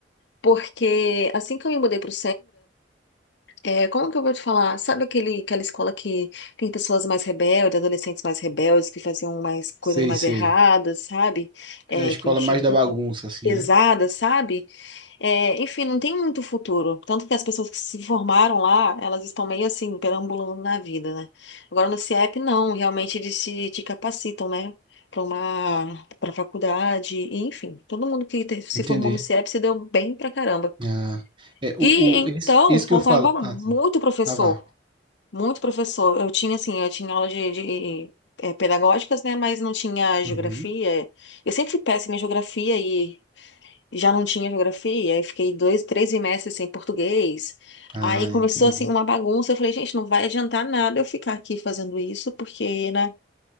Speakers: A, on the left; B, on the right.
A: porque assim que eu me mudei para o é, como que eu vou te falar? Sabe aquele, aquela escola que tem pessoas mais rebeldes, adolescentes mais rebeldes, que faziam mais coisas
B: Sei,
A: mais
B: sei.
A: erradas, sabe? É,
B: É a escola
A: que mexiam
B: mais da
A: com
B: bagunça,
A: coisas
B: assim,
A: pesadas,
B: né?
A: sabe? É, enfim, não tem muito futuro. Tanto que as pessoas que se formaram lá, elas estão meio assim, perambulando na vida, né? Agora no CIEP, não. Realmente eles te, te capacitam, né? Para uma, para faculdade, e, enfim. Todo mundo que te- se
B: Entendi.
A: formou no CIEP se deu bem pra caramba.
B: Ah, é, o,
A: E então,
B: o, esse, esse
A: faltava
B: que eu falo. Ah,
A: muito
B: sim.
A: professor,
B: Ah, vá.
A: muito professor. Eu tinha, assim, eu tinha aula de, de, eh, pedagógicas, né? Mas não tinha geografia.
B: Uhum.
A: Eu sempre fui péssima em geografia e já não tinha geografia. aí fiquei dois, três semestres sem português.
B: Ah,
A: Aí começou,
B: entendi.
A: assim, uma bagunça. Eu falei, gente, não vai adiantar nada eu ficar aqui fazendo isso, porque, né?